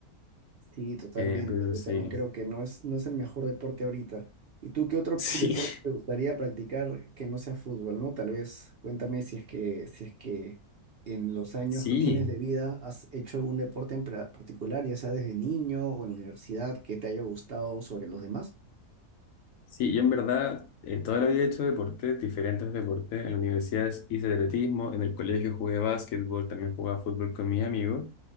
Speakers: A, on the right; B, on the left.
A: Sí, totalmente.
B: Eh, pero
A: Yo
B: sí,
A: también creo que no es, no es el mejor deporte ahorita. ¿Y tú qué otro
B: sí,
A: deporte
B: <laughs>
A: te gustaría practicar que no sea fútbol, ¿no? Tal vez cuéntame si es que, si es que en los años
B: sí,
A: que tienes de vida has hecho algún deporte en pra- particular, ya sea desde niño o en la universidad, que te haya gustado sobre los demás.
B: sí, yo en verdad eh, toda la vida he hecho deportes, diferentes deportes. En la universidad hice atletismo, en el colegio jugué básquetbol, también jugaba fútbol con mis amigos.